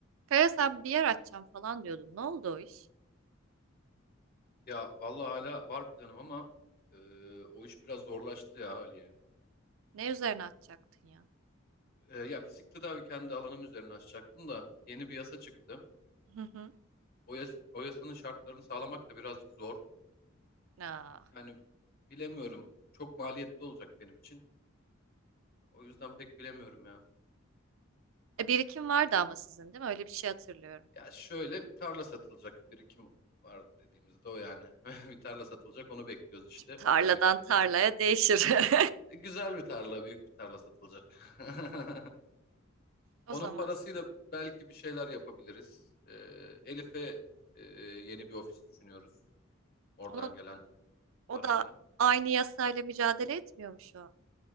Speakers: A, on the right; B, on the left.
A: Kaya sen bir yer açacağım falan diyordun. Ne oldu o iş?
B: Ya vallahi hala var planım ama e, o iş biraz zorlaştı ya Ali'ye.
A: Ne üzerine açacaktın ya?
B: E, ya fizik tedavi kendi alanım üzerine açacaktım da yeni bir yasa çıktı.
A: Hı hı.
B: O, yas- o yasanın şartlarını sağlamak da birazcık zor.
A: Aa.
B: Yani bilemiyorum. Çok maliyetli olacak benim için. O yüzden pek bilemiyorum ya.
A: E, birikim vardı ama sizin değil mi? Öyle bir şey hatırlıyorum.
B: Ya şöyle bir tarla satılacak. Birikim var dediğimizde o yani. <laughs> Bir tarla satılacak onu bekliyoruz işte
A: Tarladan
B: memleketten.
A: tarlaya değişir. <laughs>
B: E, güzel bir tarla, büyük bir tarla satılacak. <laughs>
A: O
B: Onun
A: zaman
B: parasıyla belki bir şeyler yapabiliriz. Ee, Elif'e e, yeni bir ofis düşünüyoruz. Oradan
A: onun
B: gelen
A: o
B: parayla.
A: da aynı yasayla mücadele etmiyor mu şu an?